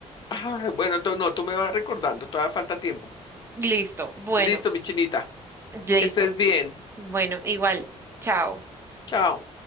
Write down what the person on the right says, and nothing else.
Listo. Bueno,
listo.
Bueno, igual. Chao.